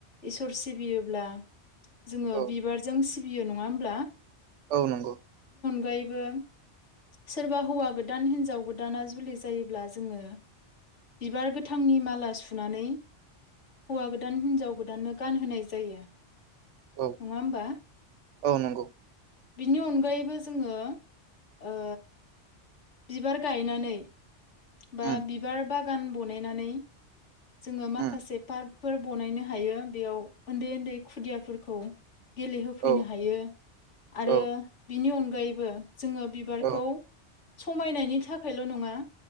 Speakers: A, on the left; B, on the right.
A: इसोर सिबियोब्ला जोङो
B: औ
A: बिबारजों सि सिबियो नङा होमब्ला।
B: औ नंगौ।
A: गायैबो सोरबा हौवा गोदान हिनजाव गोदाना जुलि जायोब्ला जोङो बिबार गोथांनि माला सुनानै हौवा गोदान हिनजाव गोदाननो गानहोनाय जायो।
B: औ
A: नङा होमबा
B: औ नंगौ।
A: बिनि अनगायैबो जोङो ओ बिबार गायनानै बा
B: उम
A: बिबार बा गान बनायनानै जोङो माखासे
B: उम
A: पार्क फोर बनायनो हायो बेयाव उन्दै उन्दै खुदियाफोरखौ गेलेहोफैनो
B: औ
A: हायो आरो
B: औ
A: बिनि अनगा गायबो जोङो बिबारखौ
B: औ
A: समायनायनि थाखायल' नङा